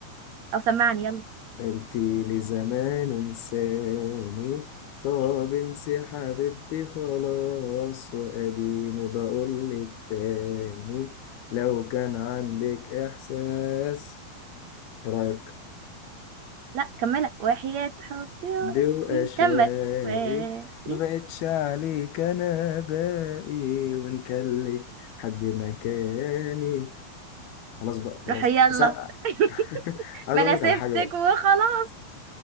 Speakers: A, on the right; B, on the left.
A: أو سمعني يلا
B: قلتي لي زمان انساني طب انسي حبيبتي خلاص واديني بقولك تاني لو كان عندك احساس راك
A: لا كملها وحياة حبي و-
B: بواشوائي
A: إيه. مم، كمل و...
B: ما
A: إيه؟
B: بقتش عليك انا باقي وان كان لك حد مكاني خلاص بقى خلاص
A: روح يلا
B: بس <laughs> أنا-
A: <laughs>
B: عايز
A: ما
B: اقول
A: أنا
B: لك
A: سبتك
B: على حاجه بقى
A: وخلاص